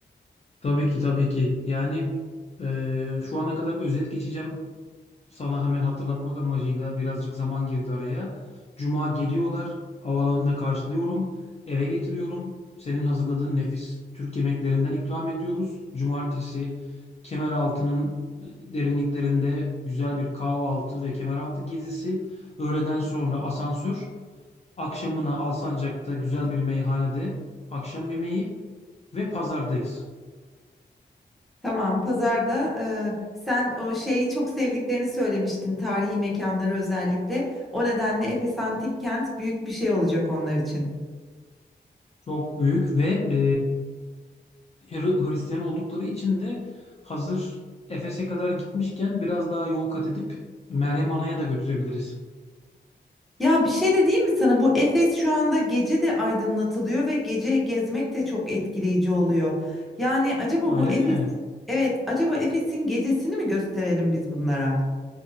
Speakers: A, on the left; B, in the centre.
A: Tabii ki tabii ki. Yani e, şu ana kadar özet geçeceğim sana hemen hatırlatmak amacıyla birazcık zaman girdi araya. Cuma geliyorlar. Havaalanında karşılıyorum. Eve getiriyorum. Senin hazırladığın nefis Türk yemeklerinden ikram ediyoruz. Cumartesi Kemeraltı'nın e, derinliklerinde güzel bir kahvaltı ve Kemeraltı gezisi. Öğleden sonra asansör. Akşamına Alsancak'ta güzel bir meyhanede akşam yemeği ve pazardayız.
B: Tamam pazarda e, sen o şeyi çok sevdiklerini söylemiştin tarihi mekanları özellikle. O nedenle Efes Antik Kent büyük bir şey olacak onlar için.
A: Çok büyük ve e, Hır- Hristiyan oldukları için de hazır Efes'e kadar gitmişken biraz daha yol kat edip Meryem Ana'ya da götürebiliriz.
B: Ya bir şey de diyeyim mi sana? Bu Efes şu anda gece de aydınlatılıyor ve gece gezmek de çok etkileyici oluyor. Yani acaba
A: Öyle
B: bu Efes'in
A: mi?
B: evet acaba Efes'in gecesini mi gösterelim biz bunlara?